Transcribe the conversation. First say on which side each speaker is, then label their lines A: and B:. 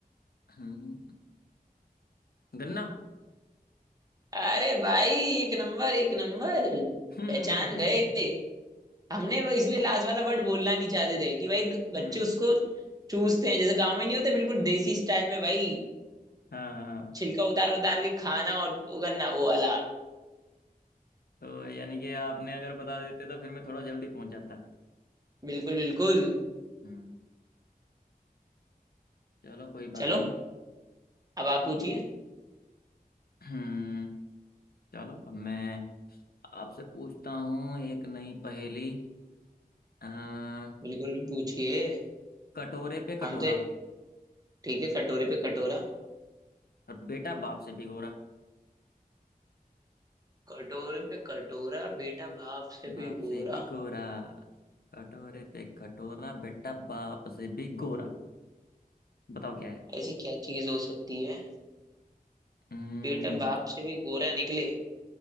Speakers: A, on the left (about 80°); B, on the right (about 25°).
A: हम्म गन्ना
B: अरे भाई एक नंबर एक नंबर
A: हम्म
B: पहचान गए हमने वो इसलिए लास्ट वाला वर्ड बोलना नहीं चाहते थे कि भाई
A: हम्म
B: बच्चे उसको चूसते हैं जैसे गांव में नहीं होते बिल्कुल देसी स्टाइल में भाई
A: हाँ हाँ,
B: छिलका उतार उतार के खाना और वो करना वो वाला
A: तो यानी कि आपने अगर बता देते तो फिर मैं थोड़ा जल्दी पहुंच जाता
B: बिल्कुल बिल्कुल
A: हम्म चलो कोई
B: चलो
A: बात नहीं
B: अब आप पूछिए
A: हम्म चलो अब मैं आपसे पूछता हूँ एक नई पहेली अ,
B: बिल्कुल पूछिए
A: कटोरे पे
B: हम
A: कटोरा
B: तो ठीक है कटोरे पे कटोरा
A: और बेटा बाप से भिगोरा
B: कटोरे पे कटोरा बेटा बाप से
A: बाप
B: भी गोरा
A: से भी गोरा कटोरे पे कटोरा बेटा बाप से भी गोरा बताओ क्या है
B: ऐसी क्या चीज हो सकती है
A: हम्म
B: बेटा बाप से भी गोरा निकले